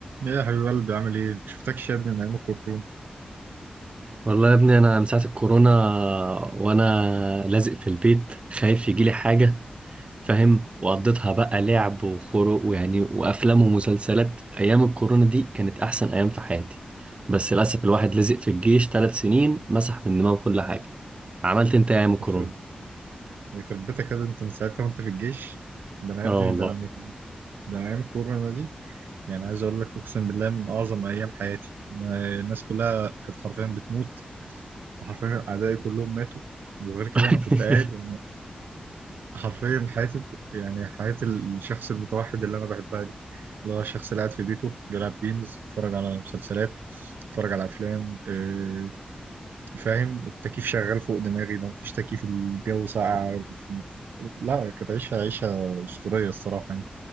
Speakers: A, on the right; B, on the right.
A: ايه يا حبيب قلبي عامل ايه؟ مشفتكش يا ابني من ايام الكورونا
B: والله يا ابني انا من ساعه الكورونا وانا لازق في البيت خايف يجيلي حاجه فاهم وقضيتها بقى لعب وخروج ويعني وافلام ومسلسلات ايام الكورونا دي كانت احسن ايام في حياتي بس للاسف الواحد لزق في الجيش ثلاث سنين مسح من دماغه كل حاجه عملت انت إيه ايام الكورونا
A: يخرب يخرب بيتك يا ابني، انت من ساعتها وانت في الجيش ده انا يا
B: اه
A: ابني
B: والله
A: ده انا من- ده انا ايام الكورونا دي يعني عايز اقول لك اقسم بالله من اعظم ايام حياتي أنا- الناس كلها كانت حرفيا بتموت وحرفيا اعدائي كلهم ماتوا وغير كده
B: <laughs>
A: انا كنت قاعد يعني حرفيا حياتي يعني حياة الشخص المتوحد اللي انا بحبها دي اللي هو الشخص اللي قاعد في بيته بيلعب جيمز بيتفرج على مسلسلات بيتفرج على افلام آه، فاهم التكييف شغال فوق دماغي لو مفيش تكييف الجو ساقع لا كانت عيشة عيشة أسطورية الصراحة يعني